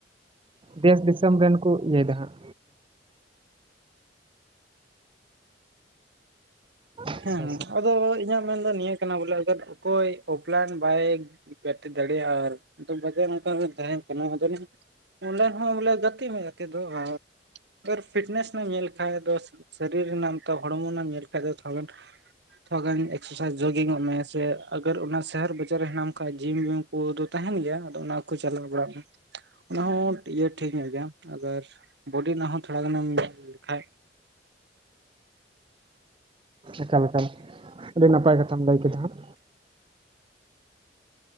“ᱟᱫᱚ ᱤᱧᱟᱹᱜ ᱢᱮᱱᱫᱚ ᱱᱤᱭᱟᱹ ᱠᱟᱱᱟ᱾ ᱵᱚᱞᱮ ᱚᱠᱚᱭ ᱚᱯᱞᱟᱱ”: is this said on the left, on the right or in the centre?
Right